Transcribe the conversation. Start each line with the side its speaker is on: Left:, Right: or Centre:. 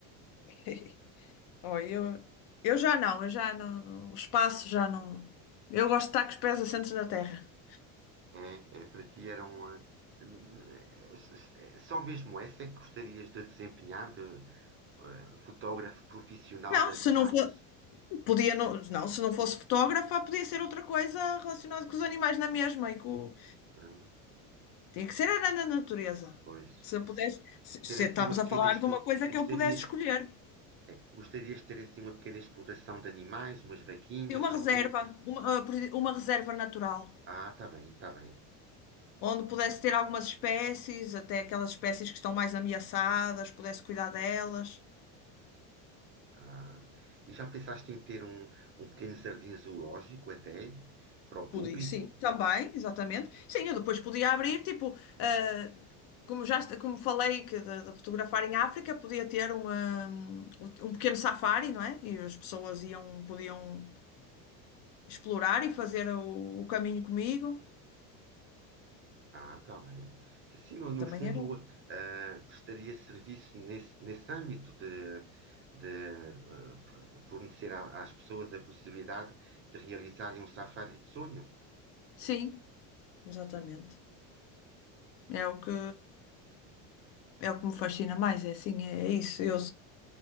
Left: <laughs> Oh, eu, eu já não, eu já não, não- o espaço já não. Eu gosto de estar com os pés assentes na terra.
Right: É, é, para ti era um. eh, n- n- eh, s- s- eh, Só mesmo essa é que gostarias de desempenhar de eh, fotógrafo profissional
Left: Não,
Right: de animais?
Left: se não for, podia não, não, se não fosse fotógrafa, podia ser outra coisa relacionada com os animais na mesma e com,
Right: Hum,
Left: tinha que ser era na natureza.
Right: pois.
Left: Se eu pudesse, se, se
Right: Ter assim
Left: estamos
Right: uma
Left: a
Right: pequena
Left: falar
Right: explo-
Left: de uma coisa
Right: gostarias,
Left: que eu pudesse escolher,
Right: eh, gostarias de ter assim uma pequena exploração de animais, umas vaquinhas,
Left: uma
Right: talvez?
Left: reserva, uma, ah, por exemplo, uma reserva natural.
Right: Ah, tá bem, tá bem.
Left: onde pudesse
Right: É,
Left: ter algumas espécies, até
Right: é.
Left: aquelas espécies que estão mais ameaçadas, pudesse cuidar delas.
Right: Ah. E já pensaste em ter um, um pequeno jardim zoológico até para o público?
Left: Podia, sim, também, exatamente. Sim, eu depois podia abrir, tipo, ah, como já est- como falei que de, de fotografar em África, podia ter um, ah, um pequeno safari, não é? E as pessoas iam, podiam explorar e fazer o, o caminho comigo.
Right: Ah, tá bem. Que assim, no, no
Left: Também
Right: fundo,
Left: era. um-
Right: ah, prestaria serviço nesse, nesse âmbito de, de ah, f- fornecer a- às pessoas a possibilidade de realizarem um safari de sonho.
Left: Sim, exatamente.
Right: É.
Left: É o que é o que me fascina mais, é assim, é isso. Eu,